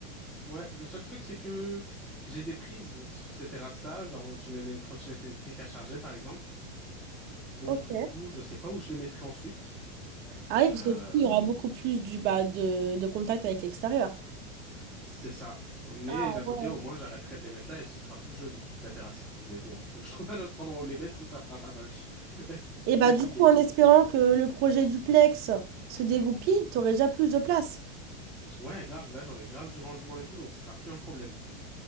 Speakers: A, in the centre; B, on the right.
A: Ouais, le seul truc, c'est que j'ai des prises sur ces terrasses-là. Genre, je mets mes trottinettes électriques à charger, par exemple. Donc,
B: Ok.
A: du coup, je sais pas où je les mettrai ensuite.
B: Ah oui,
A: Euh,
B: parce que du coup, il y aura beaucoup plus du, bah, de, de contact avec l'extérieur.
A: c'est ça. Mais
B: Ah
A: d'un côté,
B: ouais.
A: au moins, j'arrêterai de les mettre là et ce sera plus joli, la terrasse. Mais bon, faut que je <laughs> trouve un autre endroit où les mettre où ça fera pas moche. <laughs>
B: Et bah
A: Compliqué.
B: du coup, en espérant que le projet duplex se dégoupille, t'aurais déjà plus de place.
A: Ouais, grave, là, j'aurai grave du rangement et tout, donc ce sera plus un problème.